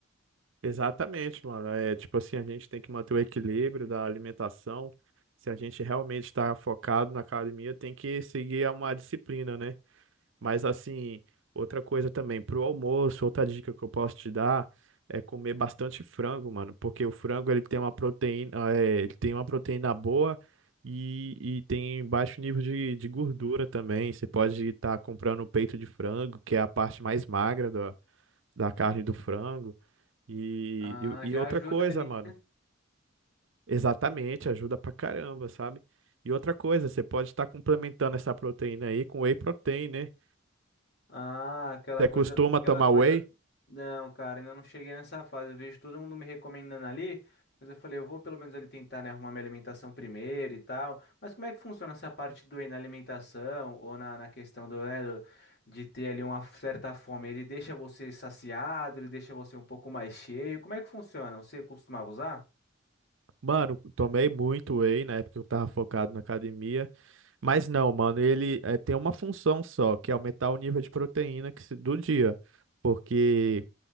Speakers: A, on the right; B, on the left.
A: exatamente, mano. É tipo assim, a gente tem que manter o equilíbrio da alimentação. Se a gente realmente está focado na academia, tem que seguir uma disciplina, né? Mas assim, outra coisa também, pro almoço, outra dica que eu posso te dar é comer bastante frango, mano, porque o frango ele tem uma proteína, eh, ele tem uma proteína boa e, e tem baixo nível de, de gordura também. Você pode estar comprando o peito de frango, que é a parte mais magra da, da carne do frango. E,
B: Ah,
A: e,
B: já
A: e outra
B: ajuda
A: coisa,
B: ali.
A: mano, exatamente, ajuda pra caramba, sabe? E outra coisa, você pode estar complementando essa proteína aí com whey protein, né?
B: Ah, aquela
A: Você
B: coisa,
A: costuma
B: aquela
A: tomar
B: coisa.
A: whey?
B: Não, cara, ainda não cheguei nessa fase. Eu vejo todo mundo me recomendando ali, mas eu falei, eu vou pelo menos ali tentar, né, arrumar minha alimentação primeiro e tal. Mas como é que funciona essa parte do whey na alimentação ou na, na questão do, né, do- de ter ali uma certa fome? Ele deixa você saciado, ele deixa você um pouco mais cheio. Como é que funciona? Você costumava usar?
A: Mano, tomei muito whey na época que eu tava focado na academia, mas não, mano, ele eh, tem uma função só, que é aumentar o nível de proteína que se- do dia, porque